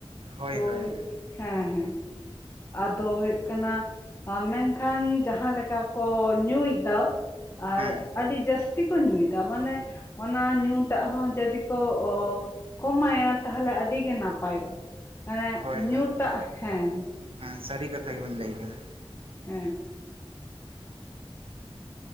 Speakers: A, on the right; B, on the left.
A: ᱦᱳᱭ
B: ᱛᱚ
A: ᱦᱳᱭ
B: ᱦᱮᱸ ᱦᱮᱸ, ᱟᱫᱚ ᱦᱩᱭᱩᱜ ᱠᱟᱱᱟ ᱢᱮᱱᱠᱷᱟᱱ ᱡᱟᱦᱟᱸ ᱞᱮᱠᱟ ᱠᱚ ᱧᱩᱭᱫᱟ᱾ ᱟᱨ,
A: ᱦᱮᱸ
B: ᱟᱹᱰᱤ ᱡᱟᱹᱥᱛᱤ ᱠᱚ ᱧᱩᱭᱮᱫᱟ ᱢᱟᱱᱮ, ᱚᱱᱟ ᱧᱩᱴᱟᱜ ᱦᱚᱸ ᱡᱟᱫᱤ ᱠᱚ ᱚ ᱠᱚᱢᱟᱭᱟ ᱛᱟᱦᱚᱸᱞᱮ ᱟᱹᱰᱤ ᱜᱮ ᱱᱟᱯᱟᱭᱚᱜ-ᱟ ᱢᱟᱱᱮ
A: ᱦᱳᱭ
B: ᱧᱩᱴᱟᱜ ᱦᱮᱸ
A: ᱦᱮᱸ ᱥᱟᱹᱨᱤ ᱠᱟᱛᱷᱟ ᱜᱮᱵᱮᱱ ᱞᱟᱹᱭ ᱠᱟᱫᱟ᱾
B: ᱦᱮᱸ,